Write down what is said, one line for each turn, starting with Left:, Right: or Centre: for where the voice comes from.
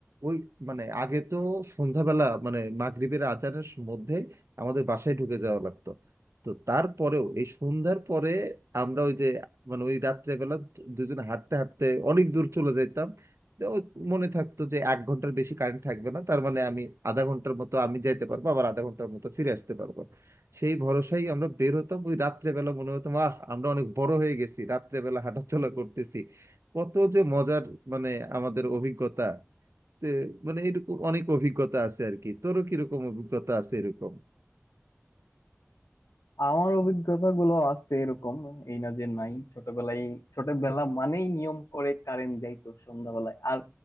Right: ওই মানে আগে তো সন্ধ্যাবেলা মানে মাগরিবের আজানের মধ্যে আমাদের বাসায় ঢুকে যাওয়া লাগতো তো তারপরেও এই সন্ধ্যার পরে আমরা ওই যে মানে ওই রাত্রেবেলা দু- দুজনে হাঁটতে হাঁটতে অনেক দূর চলে যেতাম তো ওই মনে থাকতো যে এক ঘন্টার বেশি কারেন্ট থাকবে না তার মানে আমি আধা ঘন্টার মতো আমি যাইতে পারবো আবার আধা ঘন্টার মতো ফিরে আসতে পারবো সেই ভরসায় আমরা বের হতাম ওই রাত্রেবেলা মনে হতো আহ আমরা অনেক বড় হয়ে গেছি রাত্রেবেলা হাঁটাচলা করতেছি কত যে মজার মানে আমাদের অভিজ্ঞতা তে মানে এরকম অনেক অভিজ্ঞতা আছে আর কি তোরও কিরকম অভিজ্ঞতা আছে এরকম
Left: আমার অভিজ্ঞতা গুলো আছে এরকম এই না যে নাই ছোটবেলায় ছোটবেলা মানেই নিয়ম করে কারেন্ট যাইতো সন্ধ্যাবেলায় আর